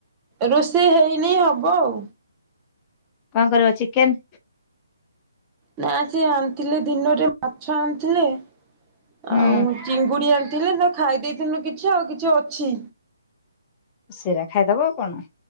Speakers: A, on the right; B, on the left.
A: ରୋଷେଇ ହେଇନି ହବ ଆଉ।
B: କଣ କରିବ ଚିକେନ?
A: ନା ସେ ଆଣିଥିଲେ ଦିନରେ ମାଛ ଆଣିଥିଲେ
B: ହୁଁ।
A: ଆଉ ଚିଙ୍ଗୁଡି ଆଣିଥିଲେ ତ ଖାଇ ଦେଇଥିଲୁ କିଛି ଆଉ କିଛି ଅଛି।
B: ସେଇଟା ଖାଇଦବ ଆଉ କଣ?